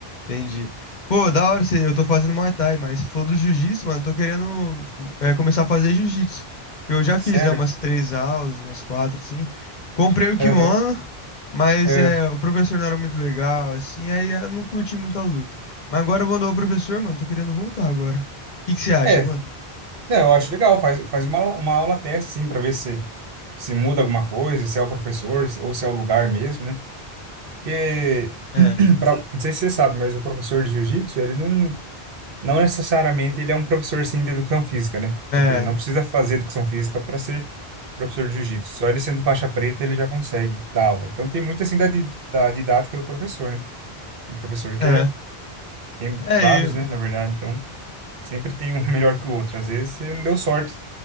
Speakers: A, on the left; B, on the right.
A: Entendi. Pô, da hora, você- eu tô fazendo Muay Thai, mas se for do Jiu-Jitsu, mano, eu tô querendo é, começar a fazer Jiu-Jitsu. Porque eu já fiz,
B: Sério?
A: né, umas três aulas, umas quatro, assim. Comprei o kimono,
B: Aham.
A: mas
B: É.
A: é, o professor não era muito legal, assim, aí eu não curti muito a luta. Mas agora eu vou andar o professor, mano, tô querendo voltar agora. O que que você acha,
B: É,
A: mano?
B: Não, eu acho legal, faz, faz uma, aula- uma aula teste, assim, para ver se, se muda alguma coisa, se é o professor se- ou se é o lugar mesmo, né? Porque,
A: É,
B: <clears throat> pra, não sei se você sabe, mas o professor de jiu-jitsu, ele não, não necessariamente ele é um professor, assim, de educação física, né?
A: é,
B: Tipo, ele não precisa fazer educação física para ser professor de jiu-jitsu. Só ele sendo faixa preta, ele já consegue dar aula. Então, tem muito, assim, da, di- da didática do professor, né? Tem professor
A: é.
B: que é, tem
A: É,
B: vários,
A: eu...
B: né, na verdade. Então, sempre tem um <laughs> melhor que o outro. Às vezes, você não deu sorte